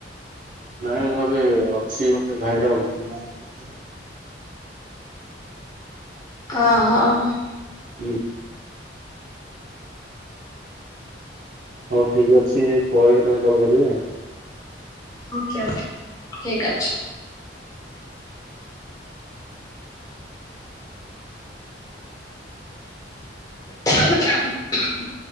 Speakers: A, on the right (about 45°); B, on the left (about 20°).
A: ନାଇଁ ମୁଁ ଏବେ ଅଛି ଗୋଟେ ଭାଇରା <unintelligible>
B: ହଁ ହଁ।
A: ହୁଁ। ହଉ ଠିକ୍ ଅଛି ପରେ କେତେ ବେଳେ କଲ କରିବେ?
B: ଓକେ-ଓକେ ଠିକ ଅଛି। ଖେ-ଖେ ଖୁ। <unintelligible>